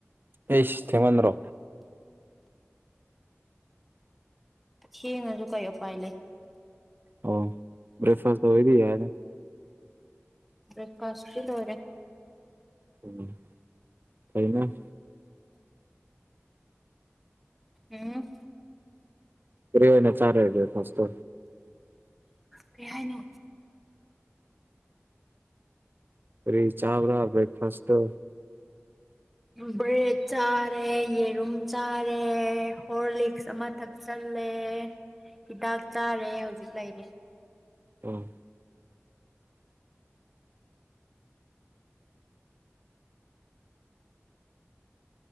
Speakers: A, on the right (about 45°); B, in the centre.
A: ꯑꯩꯁ ꯊꯦꯡꯃꯟꯗ꯭ꯔꯣ
B: ꯊꯦꯡꯉꯖꯨ ꯀꯩ ꯎꯄꯥꯏ ꯂꯩ
A: ꯑꯣ ꯕ꯭ꯔꯦꯛꯐꯥꯁ ꯑꯣꯏꯗꯤ ꯌꯥꯏꯗ
B: ꯕ꯭ꯔꯦꯛꯐꯥꯁ ꯇꯤ ꯂꯣꯏꯔꯦ
A: ꯎꯝ ꯐꯩꯅ
B: ꯎꯝ
A: ꯀ꯭ꯔꯤ ꯑꯣꯏꯅꯥ ꯆꯔꯦ ꯕ꯭ꯔꯦꯛꯐꯥꯥꯁꯇꯣ
B: ꯀ꯭ꯔꯤ ꯍꯥꯏꯅꯣ
A: ꯀꯔꯤ ꯆꯥꯕ꯭ꯔ ꯕ꯭ꯔꯦꯛꯐꯥꯁꯇꯣ
B: ꯕ꯭ꯔꯦꯠ ꯆꯥꯔꯦ ꯌꯦꯔꯨꯝ ꯆꯥꯔꯦ ꯍꯣꯔꯂꯤꯛꯁ ꯑꯃꯥ ꯊꯛꯆꯜꯂꯦ ꯍꯤꯗꯥꯛ ꯆꯥꯔꯦ ꯍꯧꯖꯤꯛ ꯂꯩꯔꯤ
A: ꯎꯝ